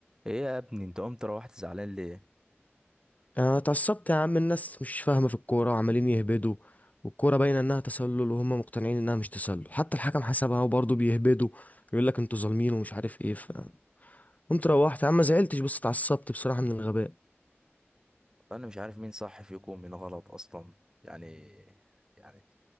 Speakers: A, on the right; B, on the left.
A: ايه يا ابني انت قمت روحت زعلان ليه
B: انا اتعصبت يا عم الناس مش فاهمه في الكوره وعمالين يهبدوا والكوره باينه انها تسلل وهم مقتنعين انها مش تسلل حتى الحكم حسبها وبرضه بيهبدوا يقول لك انتوا ظالمين ومش عارف ايه فقمت روحت يا عم ما زعلتش بس اتعصبت بصراحه من الغباء
A: انا مش عارف مين صح فيكم ومين غلط اصلا يعني يعني